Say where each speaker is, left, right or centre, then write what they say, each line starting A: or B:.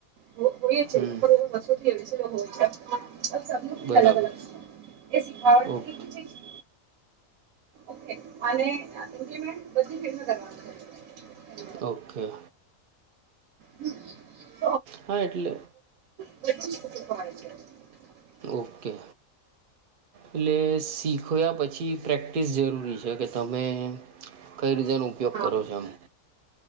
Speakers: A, on the right (about 80°); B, on the right (about 50°).
A: હોય હોય જ છે
B: હમ
A: પણ એ બસ્સોથી અઢીસો લોગ હોય છે અબ સબની રીત
B: બરાબર
A: અલગ અલગ એ સીખવાડ
B: ઓકે
A: પછી કેછે ઓકે અને ઈપ્લિમેન્ટ બધી ફ્રેમમાં કરવાનું છે.
B: ઓકે.
A: હમ.
B: હ એટલે
A: <unintelligible>
B: ઓકે એટલે શીખ્યા પછી ની પ્રેક્ટિસ જરૂરી છે કે તમે કઈ રીતેનો ઉપયોગ
A: હા
B: કરો છો આમ.